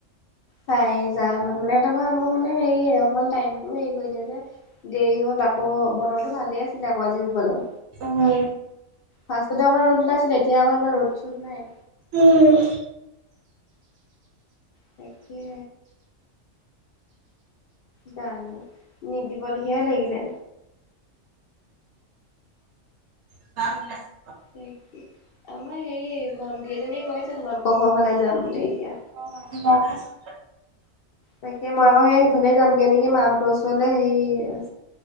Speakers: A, on the left; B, on the right.
A: চাই যা ঘৰত মানে <unintelligible> মোৰ মানে হেৰি অকমান টাইমটো হেৰি কৰিলে যে। দেৰি হ'ল আকৌ বতৰটো ভালেই আছিলে আকৌ আজি ৰুবলে।
B: অ হয়।
A: ফাৰ্ষ্টতে আমাৰ ৰ'দ ওলাইছিল এতিয়া আমাৰ ইমান ৰ'দ - চ'দ নাই।
B: উম।
A: তাকে। জানোঁ নিদিব নিকিহে লাগিলে।
B: <unintelligible>
A: তাই কি, আমাৰ হেৰি ভন্টি এজনীয়ে কৈ আছে তোমালোকৰ ঘৰ ফালে যাম বুলি এতিয়া।
B: অ আহিবা <unintelligible>
A: তাকে মই আকৌ সেই সেইফালে যামগে নেকি মাহঁতৰ ওচৰলৈ হেই